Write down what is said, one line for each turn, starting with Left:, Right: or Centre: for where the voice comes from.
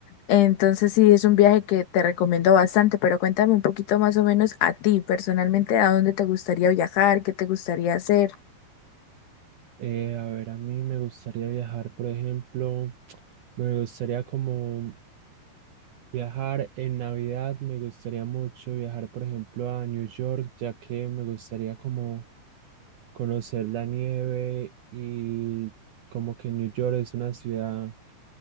Left: Entonces sí, es un viaje que te recomiendo bastante, pero cuéntame un poquito más o menos a ti personalmente, a dónde te gustaría viajar, qué te gustaría hacer.
Right: Eh, a ver, a mí me gustaría viajar, por ejemplo, <tsk> me gustaría como Viajar en Navidad me gustaría mucho viajar, por ejemplo, a New York, ya que me gustaría como conocer la nieve y como que New York es una ciudad